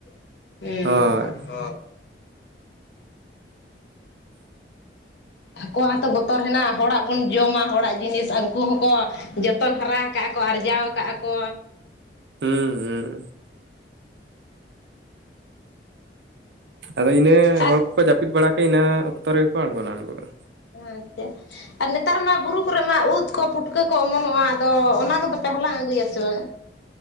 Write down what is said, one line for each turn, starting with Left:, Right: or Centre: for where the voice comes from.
Left: <inaudible>
Right: ᱦᱳᱭ
Left: ᱦᱚᱸ ᱟᱠᱚᱣᱟᱜ ᱦᱚᱸᱛᱚ ᱵᱚᱛᱚᱨ ᱦᱮᱱᱟᱜᱼᱟ ᱦᱚᱲᱟᱜ ᱵᱚᱱ ᱡᱚᱢᱟ ᱦᱚᱲᱟᱜ ᱡᱤᱱᱤᱥ ᱟᱱᱠᱩ ᱦᱚᱸᱠᱚᱼᱼ ᱡᱚᱛᱚᱱ ᱦᱟᱨᱟ ᱟᱠᱟᱜ ᱟᱠᱚ ᱟᱨᱡᱟᱣ ᱟᱠᱟᱜ ᱟᱠᱚ᱾
Right: <unintelligible> ᱦᱮᱸ ᱟᱫᱚ ᱤᱱᱟᱹ
Left: ᱟᱨ
Right: ᱦᱚᱲ ᱠᱚᱠᱚ ᱡᱟᱹᱯᱤᱫ ᱵᱟᱲᱟ ᱠᱮᱜ ᱤᱱᱟᱹ ᱚᱠᱛᱚ ᱨᱮᱜᱮ ᱠᱚ ᱟᱲᱜᱚᱱᱟ ᱩᱱᱠᱩᱫᱚ᱾
Left: ᱟᱪᱷᱟ ᱟᱨ ᱱᱮᱛᱟᱨ ᱢᱟ ᱵᱩᱨᱩ ᱠᱚᱨᱮ ᱢᱟ ᱩᱫ ᱠᱚ ᱯᱩᱴᱼᱼ ᱠᱟᱹ ᱠᱚ ᱚᱢᱚᱱᱚᱜᱼᱟ ᱟᱫᱚ ᱚᱱᱟ ᱠᱚᱫᱚ ᱯᱮ ᱦᱟᱞᱟᱝ ᱟᱹᱜᱩᱭᱟ ᱥᱮ ᱵᱟᱝ?